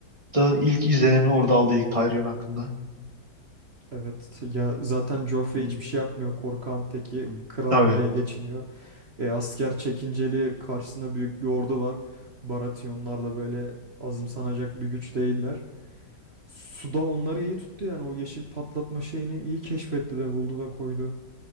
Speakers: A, on the right; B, on the right.
A: da ilk izlenimini orada aldıydık Tyrion hakkında.
B: Evet ya zaten Joffrey
A: Hı,
B: hiçbir şey yapmıyor. Korkan teki
A: hı.
B: kralım
A: Tabii.
B: diye geçiniyor. E, asker çekinceli karşısına büyük bir ordu var. Baratyonlar da böyle azımsanacak bir güç değiller. Suda onları iyi tuttu yani o yeşil patlatma şeyini iyi keşfetti de buldu da koydu.